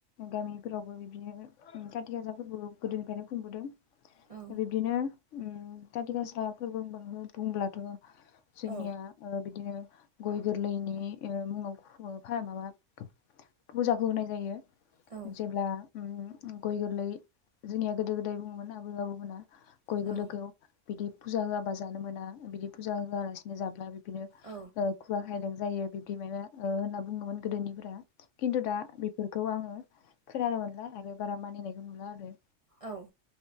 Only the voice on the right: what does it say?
औ
औ
औ
औ
औ
औ